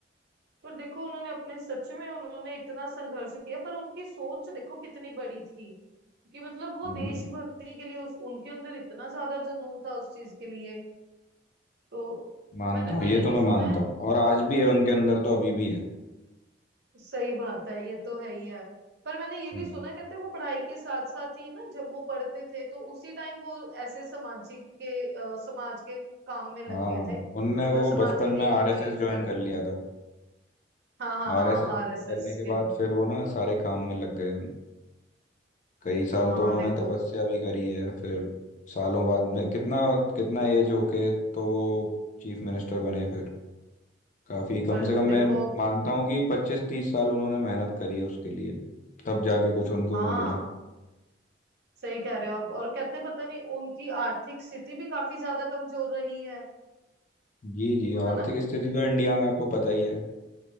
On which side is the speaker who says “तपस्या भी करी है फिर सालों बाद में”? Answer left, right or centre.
Left